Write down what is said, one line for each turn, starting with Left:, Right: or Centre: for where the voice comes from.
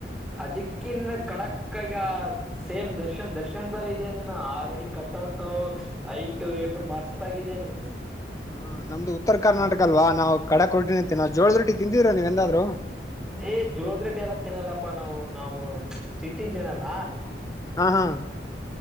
Centre: ಅದಿಕ್ಕನ್ನು ಕಡಕ ಯಾರ್ ಸೇಮ್ ದರ್ಶನ್ ದರ್ಶನ್ ತರ ಇದೆಯಾ ನೀನು ಆರೆಡಿ ಕಟ್ಔಟ್ ಐಟ ಏ ಮಸ್ತ್ ಇದೀಯ <inaudible>
Left: ಹಾ ನಮ್ದು ಉತ್ತರ ಕರ್ನಾಟಕ ಅಲ್ವಾ ನಾವು ಕಡಕ್ ರೊಟ್ಟಿ ನಿಂತ ನಾವು ಜೋಳದ ರೊಟ್ಟಿ ತಿಂದಿದಿವ್ರ ನೀವ್ ಎಂದಾದ್ರು
Centre: ಏ ಜೋಳದ್ರೆಡ್ಡಿ ಎಲ್ಲ ತಿನ್ನಲ್ಲಪ್ಪಾ ನಾವು ನಾವು ಸಿಟಿ ಜನಲ್ಲ
Left: ಹಾ ಹಾ